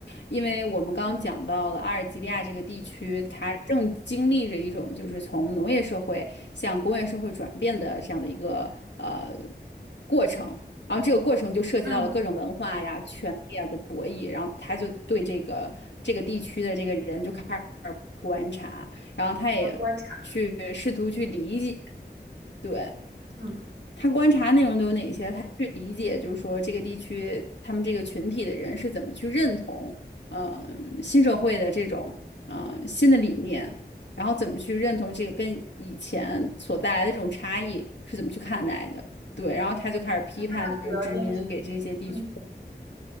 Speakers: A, on the left (about 85°); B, on the right (about 80°).
A: 因为我们刚刚讲到了阿尔及利亚这个地区，
B: 嗯
A: 它正经历着一种就是从农业社会向工业社会转变的这样的一个呃过程。然后这个过程就涉及到了各种文化呀、
B: 嗯，
A: 权力啊的博弈，然后他就对这个这个地区的这个人就开始。观察，然后他也去试图去理解，
B: 能观察。
A: 对，
B: 嗯，
A: 他观察内容都有哪些，他去理解，就是说这个地区他们这个群体的人是怎么去认同，嗯、新社会的这种嗯、新的理念，然后怎么去认同这个跟以前所带来的这种差异是怎么去看待的，对，然后他就开始批判，
B: 那他的主要研究，
A: 就是殖民给这些地区，
B: 嗯。